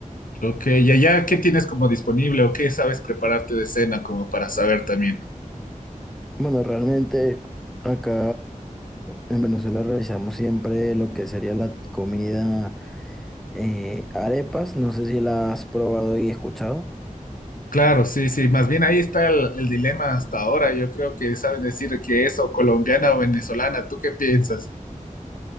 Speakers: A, on the left; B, in the centre.
A: Ok, y allá, ¿qué tienes como disponible o qué sabes prepararte de cena como para saber también?
B: Bueno, realmente acá en Venezuela realizamos siempre lo que sería la comida eh, arepas. No sé si la has probado y escuchado.
A: Claro, sí, sí, más bien ahí está el, el dilema hasta ahora. Yo creo que sabes decir que es o colombiana o venezolana. ¿Tú qué piensas?